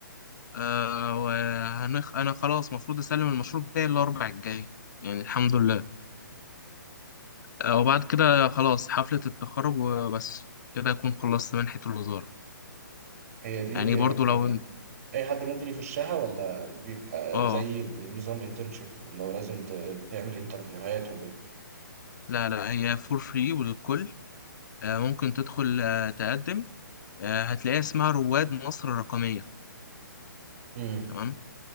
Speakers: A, on the left; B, on the right.
A: آه وهنخ... انا خلاص المفروض اسلم المشروع بتاعي الاربع الجاي يعني الحمد لله آه وبعد كده خلاص حفلة التخرج وبس كده اكون خلصت منحة الوزارة
B: هي دي
A: يعني برضو
B: آه، يعني
A: لو انت
B: اي حد ممكن يخشها ولا بيبقى
A: اه
B: زي نظام انترنشيب اللي هو لازم ت- تعمل انترفيوهات
A: لا لا هي فور فري وللكل آه ممكن تدخل آه تقدم آه هتلاقيها اسمها رواد مصر الرقمية
B: وكده
A: تمام